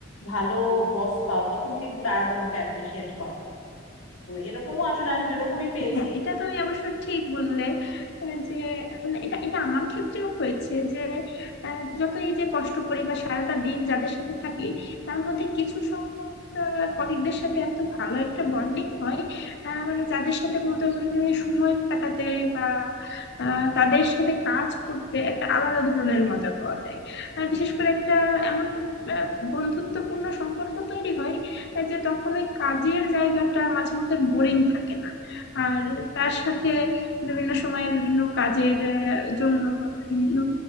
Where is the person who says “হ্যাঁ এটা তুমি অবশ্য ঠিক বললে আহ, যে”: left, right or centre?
Left